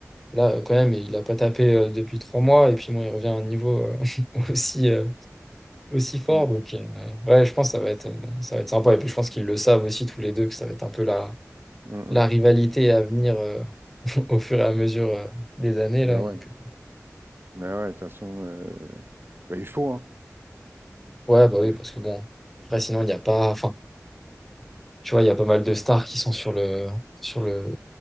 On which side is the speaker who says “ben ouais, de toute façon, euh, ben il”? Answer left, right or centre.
Right